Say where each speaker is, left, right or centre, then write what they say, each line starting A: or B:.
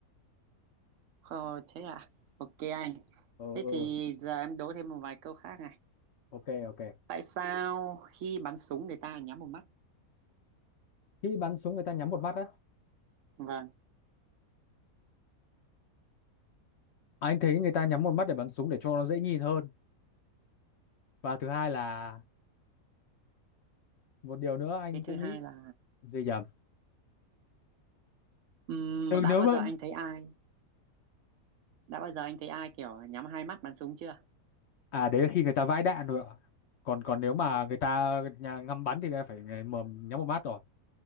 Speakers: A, on the right; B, on the left.
A: Ờ, thế à? Ok anh.
B: ừ
A: Thế
B: ừ
A: thì giờ em đố thêm một vài câu khác này.
B: ok ok
A: Tại sao khi bắn súng người ta nhắm một mắt?
B: khi bắn súng người ta nhắm một mắt á
A: Vâng.
B: anh thấy người ta nhắm một mắt để bắn súng để cho nó dễ nhìn hơn và thứ hai là một điều nữa anh
A: Cái
B: cũng
A: thứ hai
B: nghĩ
A: là
B: gì nhầm
A: ừm,
B: ừ,
A: đã
B: nếu
A: bao
B: mà
A: giờ anh thấy ai? Đã bao giờ anh thấy ai kiểu nhắm hai mắt bắn súng chưa?
B: à đấy là khi người ta vãi đạn rồi ạ còn còn nếu mà người ta nhà ngắm bắn thì người ta phải người- mà nhắm một mắt rồi